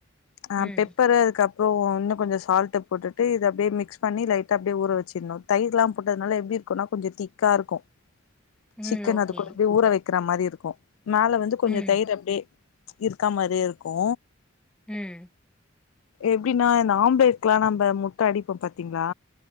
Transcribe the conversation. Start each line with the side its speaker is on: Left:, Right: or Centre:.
Left: ஆ
Centre: ம்
Left: பெப்பரு அதுக்கப் றோ இன்னு கொஞ்ச சால்ட் போட்டு இது அடியே மிகஸ் பண்ணி லைட்டா அப்படியே ஊற வச்சிருணு தயிர்லா போட்டதுனால எப்படியு இருக்கும்னா கொஞ்ச திக்கா இருக்கு
Centre: <inaudible>
Left: சிக்கன்
Centre: ஓகே
Left: அது கூட அப்டியே ஊற வைக்கிற மாதிரி இருக்கு மேல வந்து கொஞ்ச
Centre: ம்
Left: தயிர் அப்டியே இருக்கா மாரியே இருக்கு
Centre: ம்
Left: எப்டின்னா இந்த ஆம்லேட்லா நம்ப முட்ட அடிப்போ. பாத்தீங்களா